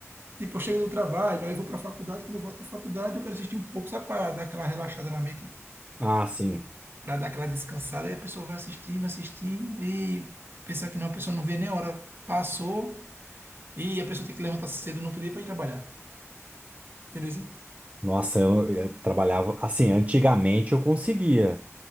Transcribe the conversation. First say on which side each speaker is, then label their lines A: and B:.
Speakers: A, on the right; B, on the right.
A: Tipo, eu chego do trabalho, aí eu vou para a faculdade, quando eu volto da faculdade, eu quero assistir um pouco, só para dar aquela relaxada na mente,
B: Ah, sim.
A: para dar aquela descansada, aí a pessoa vai assistindo, assistindo, e pensar que não, a pessoa não vê nem a hora passou, e a pessoa tem que levantar cedo no outro dia para ir trabalhar. Entendeu?
B: Nossa, eu, eu trabalhava. Assim, antigamente eu conseguia